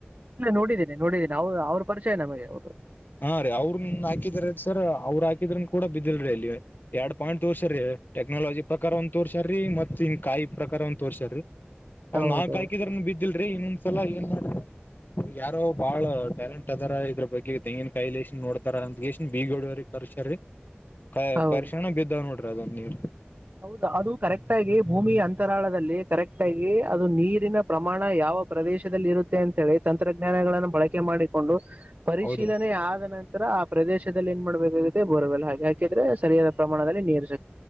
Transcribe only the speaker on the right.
ಇಲ್ಲ ನೋಡಿದ್ದೀನಿ ನೋಡಿದ್ದೀನಿ ಅವ ಅವ ಅವ್ರ ಪರಿಚಯ ನಮಗೆ ಅವ್ರು.
ಹೌದು
ಹೌದು
ಹೌದು ಅದು ಕರೆಕ್ಟ್ ಆಗಿ ಭೂಮಿ ಅಂತರಾಳದಲ್ಲಿ ಕರೆಕ್ಟ್ ಆಗಿ ಅದು ನೀರಿನ ಪ್ರಮಾಣ ಯಾವ ಪ್ರದೇಶದಲ್ಲಿ ಇರುತ್ತೆ ಅಂತೆ ಹೇಳಿ ತಂತ್ರಜ್ಞಾನಗಳನ್ನು ಬಳಕೆ ಮಾಡಿಕೊಂಡು ಪರಿಶೀಲನೆ
ಆದ ನಂತ ತರ ಆ ಪ್ರದೇಶದಲ್ಲಿ ಏನ್ ಮಾಡ್ಬೇಕಾಗುತ್ತೆ ಬೋರವೆಲ್ಲ ಹಾಗೆ ಆಕಿದ್ರೆ ಸರಿಯಾದ ಪ್ರಮಾಣದಲ್ಲಿ ನೀರ್